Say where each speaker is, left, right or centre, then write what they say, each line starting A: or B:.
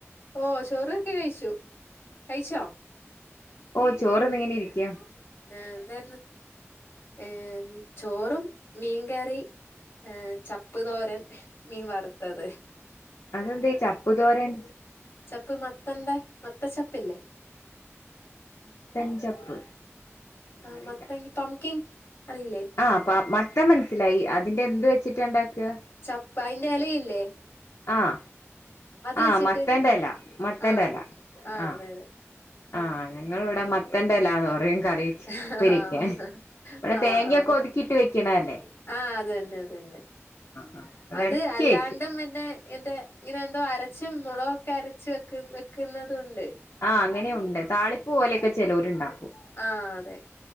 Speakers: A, on the left (about 55°); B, on the left (about 80°).
A: ഓ ചോറൊക്കെ കയിച്ചു കയിച്ചോ
B: ഓ ചോറുണ്ണിങ്ങനെ ഇരിക്കയാ
A: ആ എന്തായിരുന്നു ഏ ചോറും മീൻകറി ഏഹ് ചപ്പു തോരൻ മീൻ വറുത്തത്
B: അതെന്താ ഇ ചപ്പു തോരൻ
A: ചപ്പ് മത്തൻന്റെ മത്ത ചപ്പില്ലേ
B: മത്തൻ ചപ്പ്
A: ആ
B: അറിയില്ല
A: മത്തങ്ങ പംകിങ് അറിയില്ലേ
B: ആ അപ്പ മത്തൻ മനസ്സിലായി അതിന്റെ എന്ത് വെച്ചിട്ട് ഉണ്ടാക്കുക
A: ചള്ള അയിന്റെഎലയില്ലേ
B: ആഹ് ആഹ്
A: വെച്ചിട്ട്
B: മത്തന്റെ എല മത്തന്റെ
A: ആ
B: എല ആ
A: അതെ അതെ
B: ആ ഞങ്ങളെയിവിടെ മത്തന്റെ എലാന്ന് പറയും കറി
A: ആ
B: ഉപ്പരിക്കെ ഇവിടെ
A: ആ
B: തേങ്ങൊക്കെ
A: ആ
B: ഒതുക്കിട്ട് വെക്കണ അല്ലേ
A: ആ അത് തന്നെ അത് തന്നെ
B: ആ
A: അത്
B: ഇടക്ക്
A: അല്ലാണ്ടും
B: വെക്കും
A: പിന്നെ ഇങ്ങത്തെ ഇങ്ങനെ എന്തോ അരച്ചും മുളകൊക്കെ അരച്ച് വെക്ക വെക്കുന്നതും ഉണ്ട്
B: ആ അങ്ങനെഉണ്ട് താളിപ്പ് പോലെയൊക്കെ ചെലോരുണ്ടാക്കും
A: ആ അതെ